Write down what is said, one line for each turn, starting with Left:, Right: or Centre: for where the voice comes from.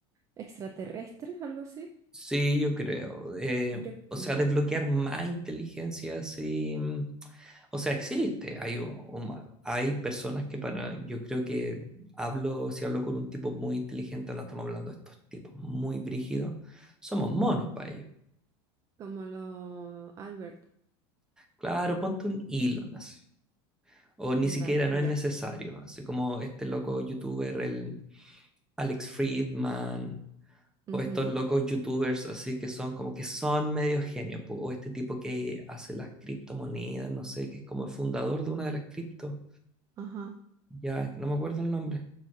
Right: extraterrestres, algo así.
Centre: Sí, yo creo. Eh,
Right: Yo,
Centre: o
Right: mm,
Centre: sea, desbloquear más inteligencia, sí. mm, O sea, existe. Hay, u- uma- hay personas que para, yo creo que hablo, si hablo con un tipo muy inteligente, no estamos hablando de estos tipos muy brígidos, somos monos para ellos.
Right: como lo Albert.
Centre: Claro, ponte un Elon así. O ni
Right: Da-
Centre: siquiera no
Right: ya.
Centre: es necesario. Así como este loco youtuber, el Alex Friedman,
Right: ujú,
Centre: O estos locos youtubers así que son como que son medio genios, po, o este tipo que hace las criptomonedas, no sé, que es como el fundador de una de las criptos,
Right: Ajá.
Centre: ya no me acuerdo el nombre.